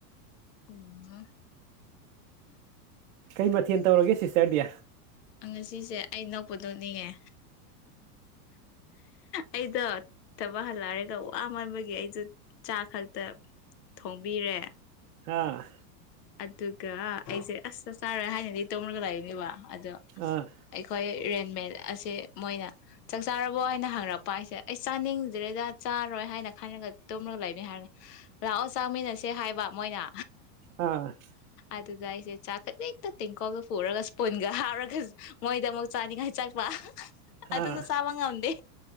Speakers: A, on the left; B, on the right.
A: ꯄꯨꯅ
B: ꯀꯩ ꯃꯊꯦꯜ ꯇꯧꯔꯒꯦ ꯁꯤꯁꯇꯔꯗꯤ
A: ꯉꯁꯤꯁꯦ ꯑꯩ ꯅꯛꯄꯗꯣꯛꯅꯤꯡꯉꯦ ꯑꯩꯗꯣ ꯊꯕꯛ ꯍꯜꯂꯛꯑꯔꯒ ꯋꯥ ꯃꯟꯥꯟꯕꯒꯤ ꯑꯩꯁꯨ ꯆꯥ ꯈꯛꯇ ꯊꯣꯡꯕꯤꯔꯦ
B: ꯍꯥꯥ
A: ꯑꯗꯨꯒ ꯑꯩꯁꯦ ꯑꯁ ꯆꯥꯛ ꯆꯥꯔꯣꯏ ꯍꯥꯏꯅꯗꯤ ꯇꯨꯝꯔꯒ ꯂꯩꯔꯤꯅꯦꯕ ꯑꯗꯣ
B: ꯑꯥ
A: ꯑꯩꯈꯣꯏ ꯔꯦꯟꯃꯦꯠ ꯑꯁꯦ ꯃꯣꯏꯅ ꯆꯥꯛ ꯆꯥꯔꯕꯣ ꯍꯥꯏꯅ ꯍꯪꯉꯛꯄ ꯍꯥꯏꯁꯦ ꯑꯩ ꯆꯥꯅꯤꯡꯗ꯭ꯔꯦꯗ ꯆꯥꯔꯣꯏ ꯍꯥꯏꯅ ꯈꯜꯔꯒ ꯇꯨꯝꯂꯒ ꯂꯩꯅꯤ ꯍꯥꯏꯅ ꯂꯥꯛꯑꯣ ꯆꯥꯃꯤꯟꯅꯁꯦ ꯍꯥꯏꯕ ꯃꯣꯏꯅ
B: ꯑ
A: ꯑꯗꯨꯒ ꯑꯩꯁꯦ ꯆꯥꯛ ꯈꯖꯤꯛ ꯍꯦꯛꯇ ꯇꯦꯡꯀꯣꯜꯒ ꯄꯨꯔꯒ ꯏꯁꯄꯨꯟꯒ ꯍꯥꯞꯔꯒ ꯃꯣꯏꯗ ꯑꯃ ꯆꯥꯅꯤꯡꯉꯥꯏ ꯋꯥ ꯑꯗꯨ ꯑꯗꯨꯁꯨ
B: ꯑꯥ
A: ꯆꯥꯕ ꯉꯝꯗꯦ